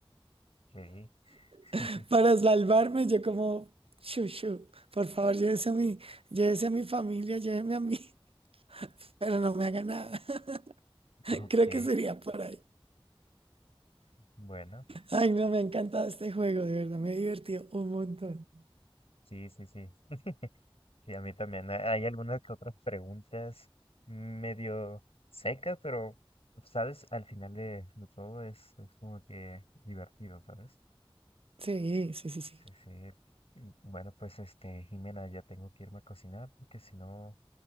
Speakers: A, on the left; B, on the right.
A: Ok.
B: <laughs>
A: <laughs>
B: para salvarme, yo como, chuchu, por favor, llévese a mi, llévese a mi familia, lléveme a mí, <laughs> pero no me haga nada. <laughs>
A: Ok.
B: Creo que sería por ahí.
A: Bueno,
B: Ay, no, me ha encantado este juego, de verdad, me he divertido un montón.
A: sí, sí, sí. <laughs> Y a mí también. ha- Hay algunas que otras preguntas medio secas, pero, ¿sabes? Al final de, de todo es, es como que divertido, ¿sabes?
B: Sí, sí, sí, sí.
A: Sí, sí. Mm, Bueno, pues este, Jimena, ya tengo que irme a cocinar porque si no,